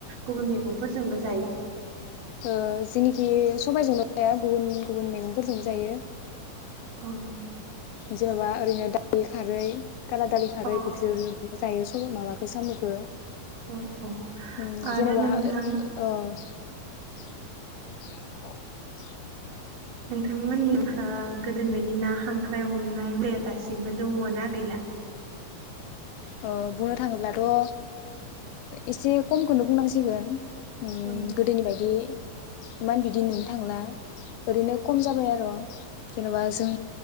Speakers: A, on the right; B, on the left.
A: गुबुन मैगंफोरजोंबो जायो?
B: ओ जोंनिखि सबाइजोंल' जाया गुबुन गुबुन मैगंफोरजोंबो जायो।
A: अ
B: जेन'बा ओरैनो दालि खारै काला दालि खारै
A: अ
B: बिसोरजोंबो जायो उम माबाखो साम'खौ
A: अ अ
B: उम
A: आरो
B: जेनेबा
A: नोंथां
B: ओ <inaudible>
A: नोंथांमोननियावहा गोदोनि बायदि ना, हांख्राय हमनाय हुदाया दासिमबो दङ ना गैला?
B: ओ बुंनो थाङोब्लाथ' ओ एसे कमखोनो बुंनांसिगोन उम
A: औ
B: गोदोनि बायदियै इमान बिदि नुनो थांला ओरैनो खम जाबाय आर' जेन'बा जों